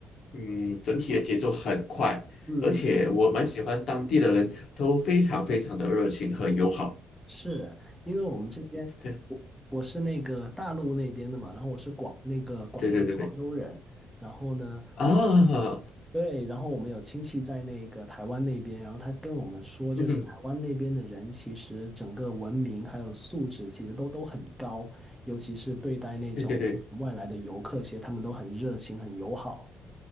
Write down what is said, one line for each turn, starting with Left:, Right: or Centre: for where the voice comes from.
Left: 嗯，整体的节奏很快，
Centre: 嗯嗯嗯，
Left: 而且我蛮喜欢当地的人都非常非常的热情和友好。
Centre: 是因为我们这边，
Left: 对
Centre: 我我是那个大陆那边的嘛，然后我是广那个广东潮州人，
Left: 对对对对。
Centre: 然后呢，
Left: 啊，
Centre: 我们对，然后我们有亲戚在那个台湾那边，然后他跟我们说，
Left: 嗯，
Centre: 就是台湾那边的人其实整个文明还有素质其实都都很高，尤其是对待那种外来的游客，
Left: 对对对，
Centre: 其实他们都很热情、很友好。